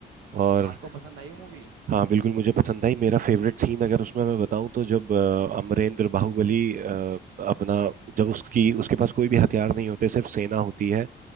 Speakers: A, on the right (about 45°); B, on the right (about 85°).
A: और
B: आपको पसंद आई वो मूवी
A: हाँ बिल्कुल मुझे पसंद आई मेरा फेवरेट सीन अगर उसमें मैं बताऊं तो जब अ, अमरेंद्र बाहुबली अ, अपना जब उसकी उसके पास कोई भी हथियार नहीं होते सिर्फ सेना होती है